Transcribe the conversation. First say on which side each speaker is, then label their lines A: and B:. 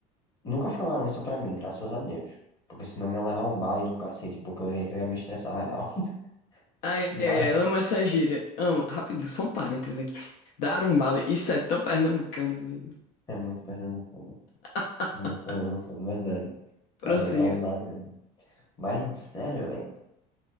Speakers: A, on the left; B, on the left.
A: nunca falaram isso pra mim, graças a Deus. Porque senão eu ia levar um bala e do cacete, porque eu ia, eu ia me estressar real. <laughs>
B: Ai,
A: Mas
B: ai, ai, amo essa gíria. Amo. Rapidinho, só um parênteses aqui. Dar um vale, isso é tão pernambucano. doido.
A: é muito pernambucano,
B: <laughs>
A: muito pernambucano, verdade.
B: Prossiga.
A: Mas eu dar um bala e Mas, sério, velho.